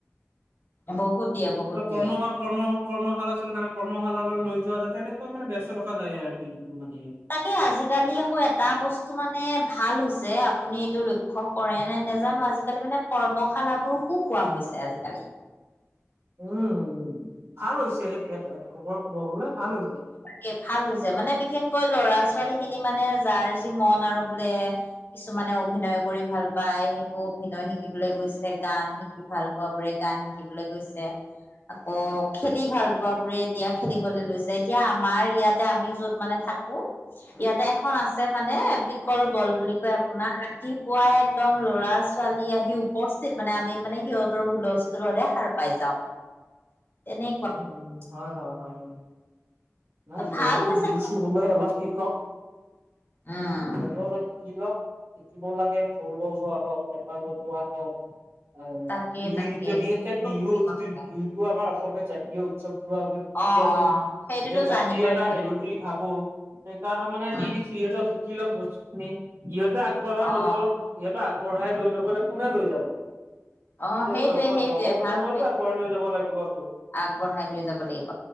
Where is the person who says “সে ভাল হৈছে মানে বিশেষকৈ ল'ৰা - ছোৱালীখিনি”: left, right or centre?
Left